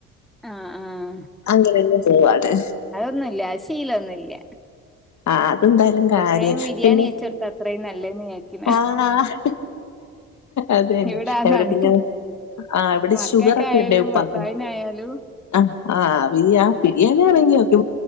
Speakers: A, in the centre; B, on the left.
A: ആഹ് ആഹ്
B: അങ്ങനെന്നെ പോവാണ്
A: ന്നുല്ല ശീലൊന്നുല്ല
B: ആഹ് അതെന്തായാലും
A: ഫുൾ
B: കാര്യാ
A: ടൈം ബിരിയാണി
B: പിന്നെ
A: വെച്ചൊടുത്ത അത്രയും നല്ലതെന്ന് വിചാരിക്കുന്ന
B: ആഹ് അത് എന്നെ
A: ഇവിടെ അതാണ്.
B: എവടെ പിന്നെ ആഹ് ഇവിടെ
A: മക്കൾക്കായാലും
B: ഷുഗർ ഒക്കെണ്ടെ ഉപ്പാക്ക്
A: ഭർത്താവിനായാലും
B: അഹ് ആഹ് ബിരിയാ ബിരിയാണി ആണെങ്കി ഒക്കെ